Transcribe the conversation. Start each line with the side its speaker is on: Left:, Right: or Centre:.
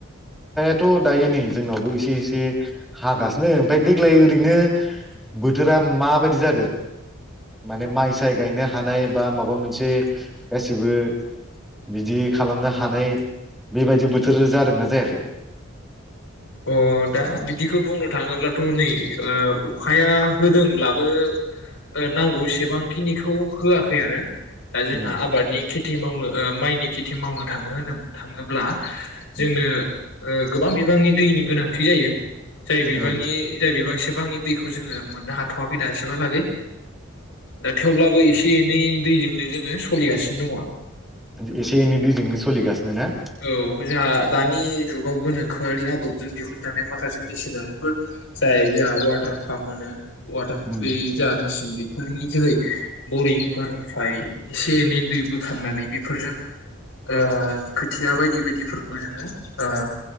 Centre: थ' दायो नै जोंनावबो एसे एसे हागासिनो ओमफाय देग्लाय ओरैनो बोथोरा माबायदि जादों माने माइ साय गायनो हानाय बा माबा मोनसे गासिबो बिदि खालामनो हानाय बेबायदि बोथोर जादों। ना जायाखै?
Left: अ दा बिदिखौ बुंनो थाङोब्लाथ' नै ओ अखाया होदोंब्लाबो ओ नांगौसेबांखिनिखौ होआखै आरो दा जोंहा
Centre: उम
Left: आबादनि खेथि मावनो ओ माइनि खेथि मावनो थाङो होनोब थाङोब्ला जोंनो
Centre: उम
Left: ओ गोबां बिबांनि दैनि गोनांथि जायो। जाय बिबांनि
Centre: ओं
Left: जाय बिबां सेब बांनि दैखौ जोङो मोननो हाथ'वाखै दा एसेब हालागै दा थेवब्लाबो एसे एनै दैजोंनो जोङो सलिगासिनो दङ।
Centre: जो एसे एनै दैजोंनो सलिगासिनो ना?
Left: औ जोंहा दानि जुगाव गोनोखोआरि आदबजों दिहुनजानाय माखासे मेसिनारिफोर जाय जोंहा वाटार पाम्प होनो। वाटार
Centre: उम
Left: बे जा मेसिन बे फोरनि जोहै बरिंफोरनिफ्राय एसे एनै दै बोखांनानै बेफोरजों ओ खोथिया बायदि बायदिफोरखौ जोङो ओ